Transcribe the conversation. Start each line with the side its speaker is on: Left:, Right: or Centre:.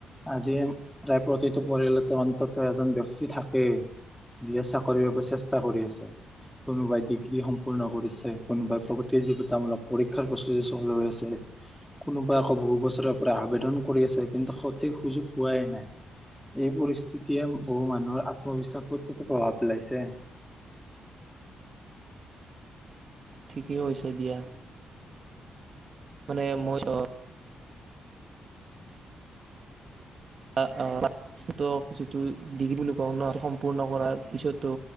Centre: আজি প্ৰায় প্ৰতিটো পৰিয়ালতে অন্তত এজন ব্যক্তি থাকেই যিয়ে চাকৰিৰ বাবে চেষ্টা কৰি আছে কোনোবাই ডিগ্ৰী সম্পূৰ্ণ কৰিছে কোনোবাই প্ৰতিযোগিতামূলক পৰীক্ষাৰ প্ৰস্তুতি চলই আছে কোনোবাই আকৌ বহু বছৰ পৰা আবেদন কৰি আছে কিন্তু সঠিক সুযোগ পোৱাই নাই এই পৰিস্থিতিয়ে বহু মানুহৰ আত্মবিশ্বাসৰটোত প্ৰভাৱ পেলাইছে
Right: ঠিকেই হৈছে দিয়া মানে মই অ পিছতো যিটো ডিগ্ৰী বুলি কওঁ ন সম্পূৰ্ণ কৰাৰ পিছতো